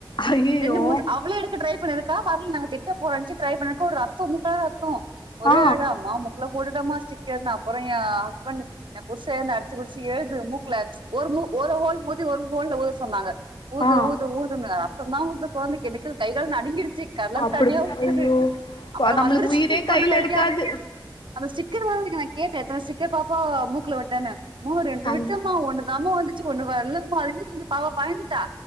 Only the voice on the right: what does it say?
ரெண்டு மூ அவ்ளோ எடுக்கே ட்ரை போதுக்கா பால நாங்க திட்ட போறந்துச்சு ட்ரை பண்ணற ஒரு ரத்தம் முக்கள ரத்தம் ஒ
ஆழ அம்மா முக்குள போட்டுட்டமாஸ்டிக்கர் அப்புறம் என்ன் ஆஹஸ்பெண்டு உஷ அடிச்சுபடிச்ச எழுது மூக்கல ஒரு <unintelligible> தி ஒரு கோல்ல ஊத சொன்னாங்க ஊது
ஊது ஊது ரத்த தா குழந்தக்கி எனக்கு கை கால் நடுங்கிடுச்சு கன்லந்
தன்னியா ஊத்துது
அப்றோ
வந்துருச்சு
போன
வழி
கா அங்க சிக்கன வீங்கி எத்தன சீக்கர் பாப்பா மூக்ல விட்டான சும்மா ரெண்டு
விட்டமா ஒண்ணுதாம வந்துச் ச்சி ஒன்னு வரலங்மாலுமே கொஞ்சோ பாவ பயந்துட் டா